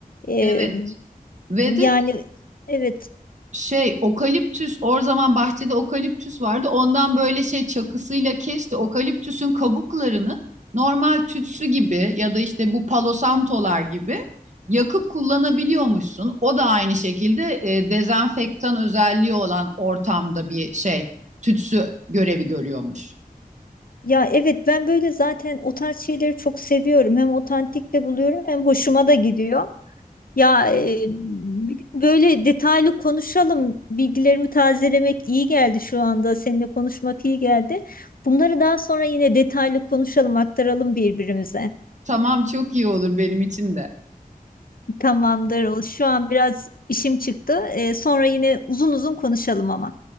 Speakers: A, on the left (about 65°); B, on the right (about 50°).
A: Ee,
B: Evet. Ve
A: yani
B: de
A: evet
B: şey okaliptüs o zaman bahçede okaliptüs vardı. Ondan böyle şey çakısıyla kesti. Okaliptüsün kabuklarını normal tütsü gibi ya da işte bu palosantolar gibi yakıp kullanabiliyormuşsun. O da aynı şekilde e, dezenfektan özelliği olan ortamda bir şey tütsü görevi görüyormuş.
A: ya evet ben böyle zaten o tarz şeyleri çok seviyorum. Hem otantik de buluyorum hem hoşuma da gidiyor. Ya e, bir gün böyle detaylı konuşalım. Bilgilerimi tazelemek iyi geldi şu anda. Seninle konuşmak iyi geldi. Bunları daha sonra yine detaylı konuşalım, aktaralım birbirimize.
B: Tamam çok iyi olur benim için de.
A: Tamamdır. o- Şu an biraz işim çıktı. E, sonra yine uzun uzun konuşalım ama.